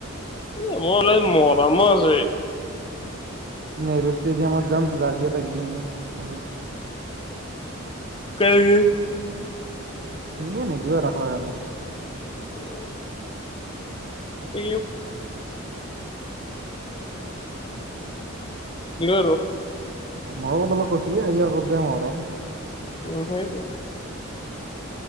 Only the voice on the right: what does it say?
নেহেৰু ষ্টেডিয়ামত যাম, জাৰ্চি এটা কিনি আনিম আৰু
<unintelligible>
<unintelligible>